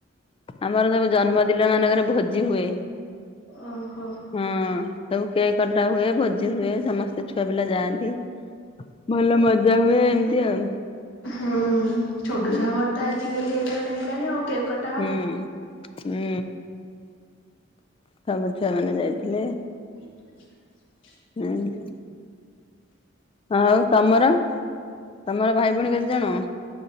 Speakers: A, on the left; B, on the left.
A: ଆମର ସବୁ ଜନ୍ମଦିନ ମାନଙ୍କରେ ଭୋଜି ହୁଏ।
B: ଓହୋ।
A: ହୁଁ ସବୁ କେକ୍ କଟା ହୁଏ। ଭୋଜି ହୁଏ। ସମସ୍ତେ ଛୁଆ ପିଲା ଯାଆନ୍ତି। ଭଲ ମଜା ହୁଏ ଏମତି ଆଉ।
B: ହୁଁ ଛୋଟ
A: ହୁଁ
B: ଛୁଆ ଘର ତ ଆଜିକାଲି ଏଟା ଗଟେ ହେଲାଣି ଆଉ କେକ୍ କଟ୍।
A: ହୁଁ ହୁଁ ସବୁ ଛୁଆ ମାନେ ଯାଇଥିଲେ।
B: <inaudible>
A: ହୁଁ ହୁଁ। ଆଉ ତମର ତମର ଭାଇ ଭଉଣୀ କେତେଜଣ?